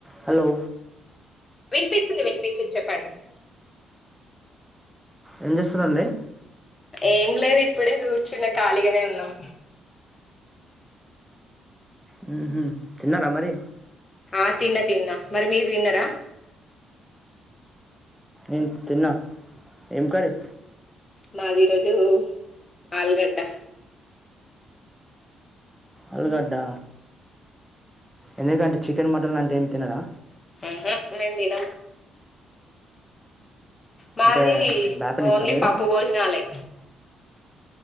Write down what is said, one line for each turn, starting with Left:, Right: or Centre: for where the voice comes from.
Centre: Hello
Left: వినిపిస్తుంది వినిపిస్తుంది చెప్పాలి
Centre: ఏం చేస్తున్నాండి
Left: ఏం లేదు ఇప్పుడే కూర్చున్న కాలిగానే ఉన్నాం
Centre: హ్మ్ హ్మ్ తిన్నారా మరి
Left: ఆ తిన్న తిన్న మరి మీరు తిన్నరా
Centre: ఏ తిన్నా ఏం కర్రి
Left: మాది ఈ రోజు ఆల్ గడ్డ
Centre: అల్ గడ్డా ఎందుకంటే చికెన్ మటన్ అంటే ఏమి తినరా
Left: ఆహా నేన్ దిన మావి
Centre: అంటే బ్యాపనీసా
Left: ఓన్లీ
Centre: మీరు
Left: పప్పు భోజనాాలే